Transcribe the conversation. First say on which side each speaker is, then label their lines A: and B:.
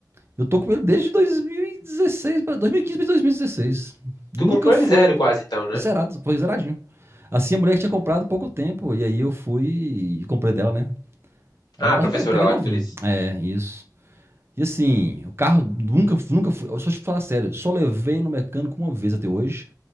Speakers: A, on the right; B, on the left.
A: Eu tô com ele desde 2016, pra- 2015 pra 2016.
B: Tu
A: Nunca
B: comprou
A: foi
B: ele zero quase então, né?
A: zerado, foi zeradinho. Assim, a mulher que tinha comprado há pouco tempo, e aí eu fui e comprei dela, né? Ela
B: Ah,
A: me passou,
B: a professora
A: eu peguei
B: lá
A: novinho.
B: que tu disse.
A: É, isso. E assim, o carro nunca, nunca fui. Só te falar sério, só levei no mecânico uma vez até hoje